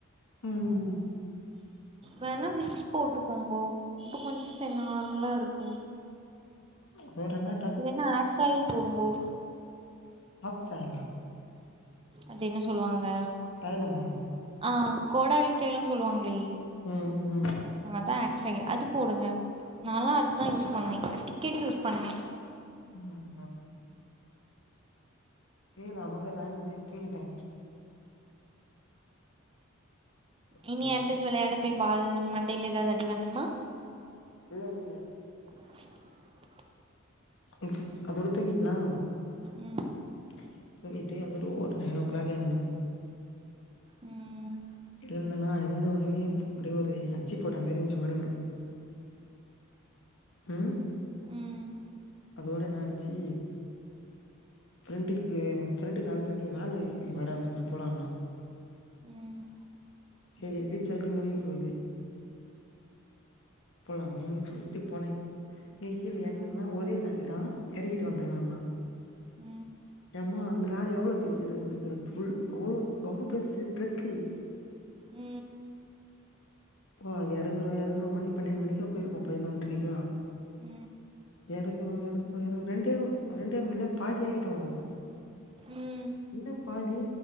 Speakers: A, on the left; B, on the right.
A: ம்
B: வேணா விக்ஸ் போட்டுக்கோங்கோ இப்ப கொஞ்ச ச நார்மலா இருக்கு
A: வேற என்ன
B: இல்லன்னா ஆக்ட்ஸாயில் போடுங்கோ
A: ஆப்ஸாயிலா
B: அது என்ன சொல்லுவாங்க
A: தைலமா
B: ஆ கோடாலித் தைலம் சொல்லுவாங்களே
A: ம் ம்
B: அதா ஆக்ஸாயில் அது போடுங்க நால்லா அதுதா யூஸ் பண்ணுவே அடிக்கடி யூஸ் பண்ணுவே பக்க
A: ம் கேளு அதோட ராயல் வண்டி தூக்கிட்டே
B: இனி
A: ஹலோ
B: அடுத்தது வெளையாட போய் பால் மண்டையில ஏதது அடி வாங்கனுமா
A: இல்ல இல்ல
B: <inaudible>
A: ம் அதோட துங்கிட்டனா
B: ம்
A: <unintelligible> டேய் அதோட ஒரு நைன் ஓ கிளாக் எழுந்த
B: ம்
A: எழுந்தனா எழுந்த ஒன்னுமே அப்டியே ஒரு அச்சி போட்டா மாரி இருஞ்சு ஒடம்பு ம்
B: ம்
A: அதோட என்ன ஆச்சு ஃப்ரெண்டுக்கு ஃப்ரெண்டு கால் பண்ணி வேல இருக்கு வாடா விஷ்னு போலாண்ணா
B: ம்
A: சரி ரீசார்ஜு முடிய போகுது போலாமேனு சொல்லிட்டு போனே இங்க கீழே என்னன்னா
B: ஓ
A: ஒரே லாரி தா இறக்கிட்டு வந்துடலாம்னா
B: உ
A: ஏமா அந்த ஆளு எவ்ளோ பேசிறுந்த இருந்தது புஃல் அவ்வளோ ரொம்ப பேறுசு ட்ரக்கு
B: உ
A: போ அது இறக்குறோ இறக்குறோ மணி பன்னெண்டு மணிக்லா போயிருக்கோ பதினொன்றைக்லா
B: உ
A: இறக்குறோ இறக்குறோ ரெண்டே ரெண்டே ஒருரல பாதி ஏறிக்கிட்டோ
B: ம்
A: என்ன பாதி